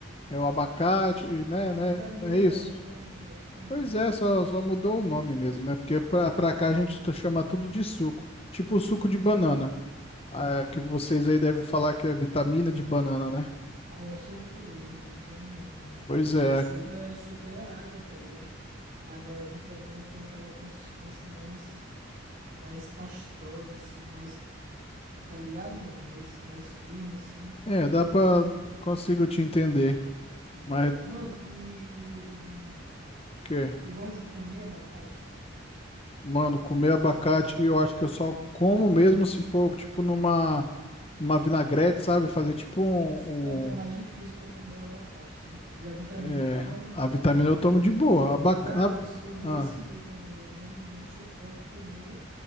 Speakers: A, on the left (about 30°); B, on the right (about 45°).
A: é o abacate, né,
B: É a
A: né?
B: vitamina,
A: É isso.
B: é a vitamina, é isso mesmo.
A: Pois é, só, só mudou o nome mesmo. É porque pra, pra cá a gente tá- chama tudo de suco. Tipo o suco
B: Hum.
A: de banana. Ah, que vocês aí devem falar que é vitamina de banana, né?
B: Com certeza, vitamina, mano.
A: Pois
B: Porque
A: é.
B: o suco
A: aqui-
B: é suco é água, tá ligado? Agora a vitamina tem aquela consistência mais mais pastosa assim, mais, tá ligado, mano? Mais mais firme assim.
A: É, dá pra.
B: E eu, a-
A: Consigo te entender.
B: entendeu?
A: Mas
B: Mano, e, e, o- e
A: que.
B: tu gosta de comer abacate?
A: Mano, comer abacate eu acho que eu só como mesmo se for,
B: Ah.
A: tipo, numa. Uma vinagrete, sabe? Fazer tipo um.
B: Então tá mais
A: um-
B: difícil pra comer o abacate, né? E a vitamina
A: é,
B: tu toma?
A: a vitamina eu tomo de boa. Abaca...
B: Cara,
A: na-
B: eu sou desse
A: Ah.
B: jeito também. Eu não, não suporto comer